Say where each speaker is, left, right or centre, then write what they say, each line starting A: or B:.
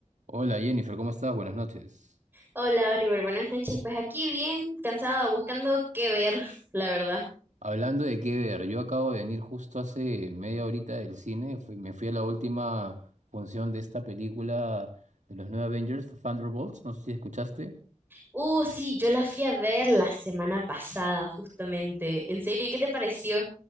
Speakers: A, on the right (about 70°); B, on the right (about 15°).
A: Hola Jennifer, ¿cómo estás? Buenas noches.
B: Hola Oliver, buenas noches. Pues aquí bien cansada, buscando qué ver, la verdad.
A: Hablando de qué ver, yo acabo de venir justo hace media horita del cine, fui- me fui a la última función de esta película de los nuevos Avengers, Thunderbolts, no sé si escuchaste.
B: Uh, sí, yo la fui a ver la semana pasada, justamente. En serio, ¿y qué te pareció?